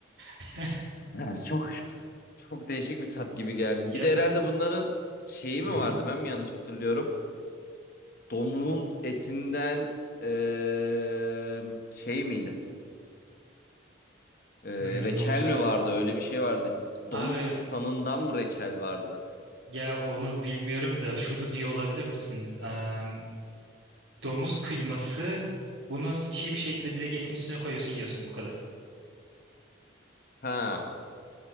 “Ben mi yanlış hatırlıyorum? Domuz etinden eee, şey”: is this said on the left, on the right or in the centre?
Left